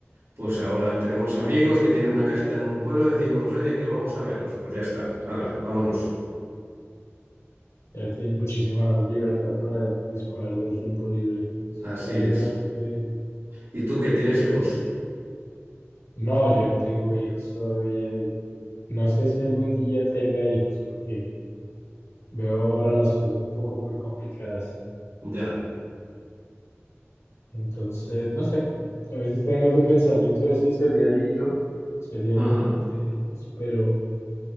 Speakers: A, on the right (about 80°); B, on the left (about 85°).
A: Pues ahora tenemos amigos que tienen una casita en un pueblo, decimos, oye, que vamos a veros. Pues ya está, hala, vámonos.
B: Ya tienes muchísima más libertad para disponer del tiempo libre. Eso
A: Así
B: me parece
A: es.
B: bastante bien.
A: ¿Y tú que tienes hijos?
B: No, yo no tengo hijos todavía y no sé si algún día tenga hijos porque veo ahora las cosas un poco muy complicadas.
A: Ya.
B: Entonces, no sé. A veces tengo ese pensamiento de sí, sería lindo, sería
A: Ajá.
B: lindo tener hijos, pero